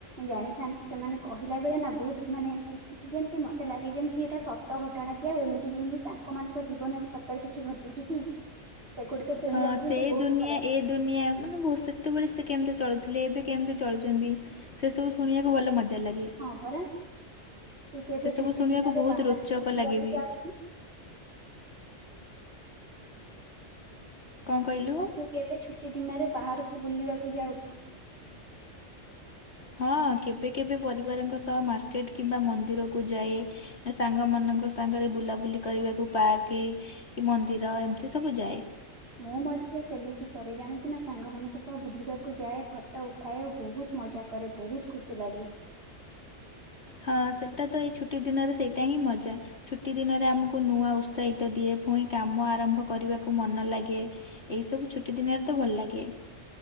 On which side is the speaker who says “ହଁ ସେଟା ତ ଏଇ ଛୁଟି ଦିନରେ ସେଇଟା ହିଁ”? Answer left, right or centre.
Left